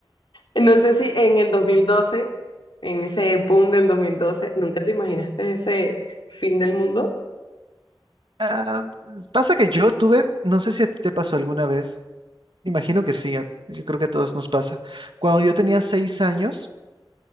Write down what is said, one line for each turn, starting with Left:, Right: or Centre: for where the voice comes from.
Left: No sé si en el 2012, en ese boom del 2012, ¿nunca te imaginaste ese fin del mundo?
Right: Ah, pasa que yo tuve, no sé si a ti te pasó alguna vez, imagino que sí, a- yo creo que a todos nos pasa. Cuando yo tenía seis años,